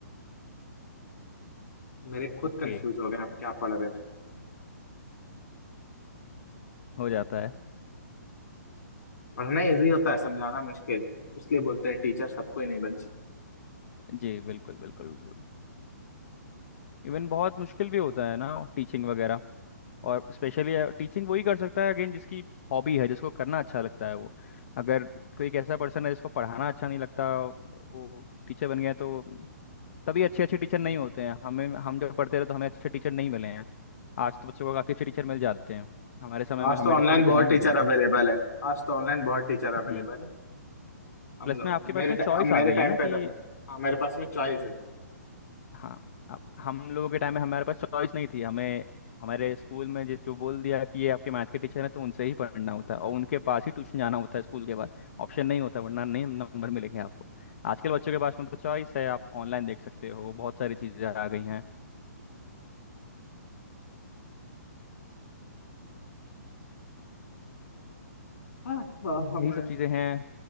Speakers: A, on the left; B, on the left.
A: मेरे खुद
B: ओके
A: कंफ्यूज हो गए हम क्या पढ़ रहे थे
B: हो जाता है
A: पढ़ना इजी होता है समझाना मुश्किल इसलिए बोलते हैं टीचर सबको ही नहीं बन सकते
B: जी बिल्कुल बिल्कुल बिल्कुल इवन बहुत मुश्किल भी होता है ना टीचिंग वगैरह और स्पेशली टीचिंग वही कर सकता है अगेन जिसकी हॉबी है जिसको करना अच्छा लगता है वो अगर कोई एक ऐसा पर्सन है जिसको पढ़ाना अच्छा नहीं लगता वो टीचर बन गया है, तो तभी अच्छे अच्छे टीचर नहीं होते हैं हमें हम जब पढ़ते रहे तो हमें अच्छे टीचर नहीं मिले हैं आज तो बच्चों को काफ़ी अच्छे टीचर मिल जाते हैं हमारे समय में
A: आज
B: हमें
A: तो ऑनलाइन
B: अच्छे टीचर
A: बहुत
B: नहीं
A: टीचर
B: मिले हैं
A: अवेलेबल है आज तो ऑनलाइन बहुत टीचर अवेलेबल
B: हम्म
A: है हम
B: प्लस
A: लोग
B: में आपके पास
A: मेरे
B: में
A: टा-
B: चॉइस
A: अब
B: आ
A: मेरे
B: गई
A: टाइम
B: है ना
A: पे
B: कि
A: तो है हाँ मेरे पास में चॉइस है
B: हाँ अब हम लोगों के टाइम में हमारे पास चॉइस नहीं थी हमें हमारे स्कूल में जो जो बोल दिया कि ये आपके मैथ के टीचर हैं तो उनसे ही पढ़ना होता है और उनके पास ही ट्यूशन जाना होता है स्कूल के बाद ऑप्शन नहीं होता वरना नहीं नंबर मिलेंगे आपको आजकल बच्चों के पास में तो चॉइस है आप ऑनलाइन देख सकते हो बहुत सारी चीज़ें आ गई हैं
A: हाँ हाँ, हम
B: यही सब चीज़ें हैं